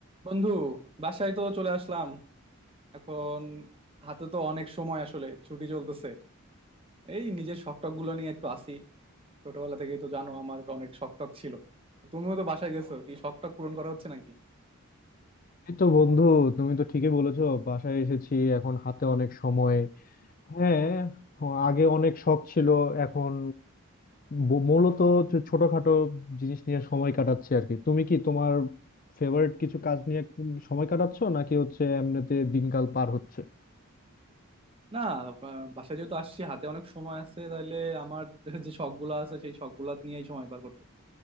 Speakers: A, on the right; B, on the left.
A: বন্ধু বাসায় তো চলে আসলাম এখন হাতে তো অনেক সময় আসলে ছুটি চলতেছে এই নিজের শখ টখ গুলো নিয়ে একটু আসি ছোটবেলা থেকেই তো জানো আমার অনেক শখ টখ ছিল তুমিও তো বাসায় গেছো কি শখ টখ পূরণ করা হচ্ছে নাকি
B: এই তো বন্ধু তুমি তো ঠিকই বলেছো বাসায় এসেছি এখন হাতে অনেক সময় হ্যাঁ আগে অনেক শখ ছিল এখন ব- মূলত হচ্ছে ছোটখাটো জিনিস নিয়ে সময় কাটাচ্ছি আর কি তুমি কি তোমার ফেভারিট কিছু কাজ নিয়ে কোন- সময় কাটাচ্ছো নাকি হচ্ছে এমনিতে দিনকাল পার হচ্ছে
A: না আহ, বাসায় যেহেতু আসছি হাতে অনেক সময় আছে তাহলে আমার <laughs> যে শখ গুলো আছে সেই শখ গুলা নিয়েই সময় পার করতেছি